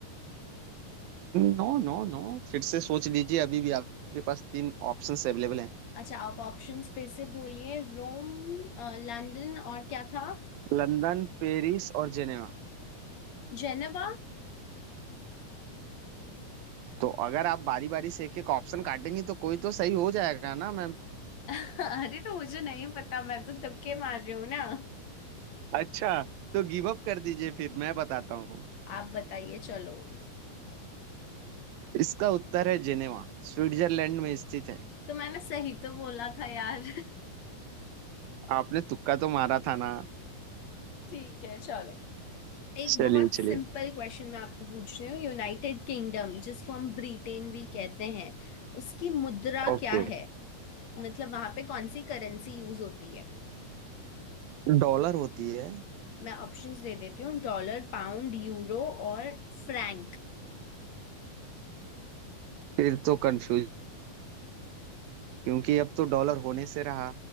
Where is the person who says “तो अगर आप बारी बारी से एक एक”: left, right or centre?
Right